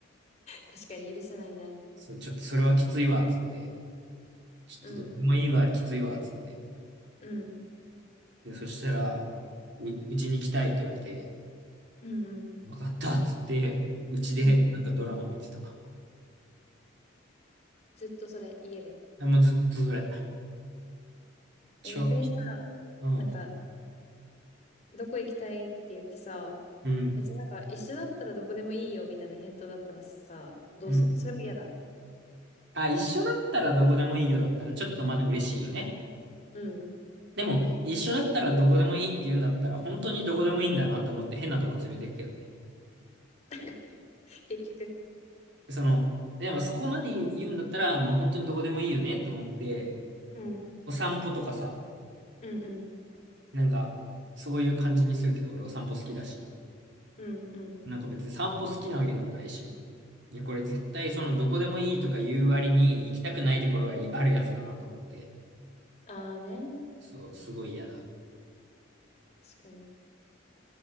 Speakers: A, on the left (about 35°); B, on the right (about 60°).
A: 確かに許せないね。
B: そう、ちょっとそれはきついわ、つって、ちょっとどこでもいいわ、
A: うん
B: きついわ、つって、
A: うん、
B: で、そしたら、う、うちに来たいって言われて、
A: うん、うん、
B: わかったっつって、うちで、
A: うん。
B: なんかドラマ見てた。
A: ずっとそれ、家で。
B: あもうずっとそれ。超、
A: え、逆にさ、
B: うん、
A: なんか、どこ行きたいって言ってさ、
B: うん、
A: 別になんか、一緒だったらどこでもいいよみたいな返答だったらさ、どうするそれも嫌だ。
B: うん。あ、一緒だったらどこでもいいよだったら、ちょっとまだ嬉しいよね。
A: うん。
B: でも、一緒だったらどこでもいいって言うんだったら、本当にどこでもいいんだなと思って変なとこ連れてくけどね。
A: <laughs> 結局。
B: その、でもそこまで言うんだったら、まあ、本当にどこでもいいよねって思って、
A: うん、
B: お散歩とかさ、
A: うん、うん、
B: なんか、そういう感じにするけど、俺お散歩好きだし。
A: うん、うん。
B: なんか別に散歩好きなわけでもないし。いや、これ絶対そのどこでもいいとか言う割に行きたくないところはあるやつだなと思って。
A: あーね。
B: そう、すごい嫌だ。
A: 確かに。